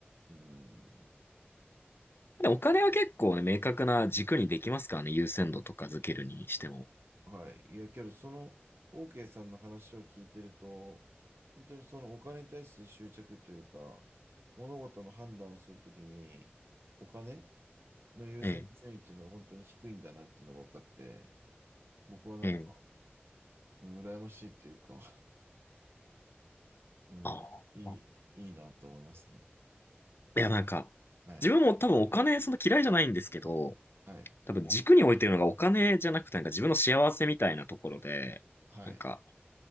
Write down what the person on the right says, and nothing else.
うん。
はい。いや、けど、その、OK さんの話を聞いてると、本当にそのお金に対して執着というか、物事の判断をするときに、お金の優先順位っていうのは本当に低いんだなっていうのが分かって、
僕はなんか、
うん羨ましいというか、<laughs> うん、
いい、いいなと思いますね。
はい。
はい。
はい。